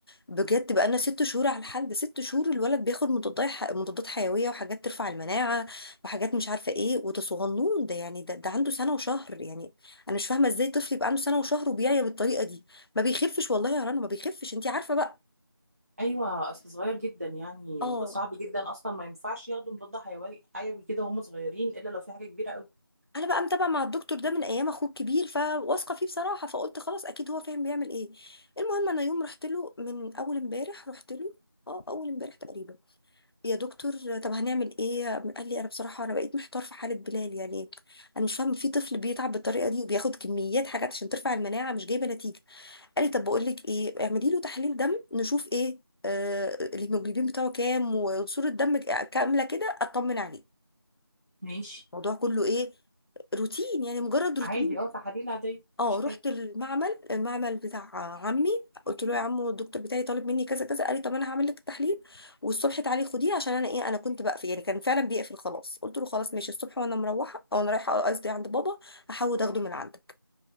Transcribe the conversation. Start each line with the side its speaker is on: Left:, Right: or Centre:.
Left: بجد بقى لنا ست شهور على الحال ده ست شهور الولد بياخد مضادات ح- مضادات حيويه وحاجات ترفع المناعه وحاجات مش عارفه ايه وده صغنون ده يعني ده, ده عنده سنه وشهر يعني انا مش فاهمه ازاي طفل يبقى عنده سنه وشهر وبيعيا بالطريقه دي ما بيخفش والله يا رنا ما بيخفش انت عارفه بقى
Right: ايوه اصل صغير جدا يعني
Left: اه
Right: صعب جدا اصلا ما ينفعش ياخدوا مضاد حيوي حيوي كده وهم صغيرين الا لو في حاجه كبيره قوي
Left: انا بقى متابعه مع الدكتور ده من ايام اخوه الكبير فواثقه فيه بصراحه فقلت خلاص اكيد هو فاهم بيعمل ايه المهم انا يوم رحت له من اول امبارح رحت له اه اول امبارح تقريبا يا دكتور طب هنعمل ايه قال لي انا بصراحه انا بقيت محتار في حاله بلال يعني انا مش فاهم في طفل بيتعب بالطريقه دي وبياخد كميات حاجات عشان ترفع المناعه مش جايبه نتيجه قال لي طب بقول لك ايه اعملي له تحليل دم نشوف ايه آه الهيموجلوبين بتاعه كام وصوره الدم كامله كده اطمن عليه
Right: ماشي
Left: الموضوع كله ايه روتين يعني مجرد روتين
Right: عادي اه تحاليل عاديه
Left: اه
Right: مفيش
Left: رحت
Right: حاجه
Left: المعمل المعمل بتاع عمي قلت له يا عمو الدكتور بتاعي طالب مني كذا كذا قال لي طب انا هعمل لك التحليل والصبح تعالي خديه عشان انا ايه انا كنت بقفل يعني كان فعلا بيقفل خلاص قلت له خلاص ماشي الصبح وانا مروحه او انا رايحه قصدي عند بابا هحاول اخده من عندك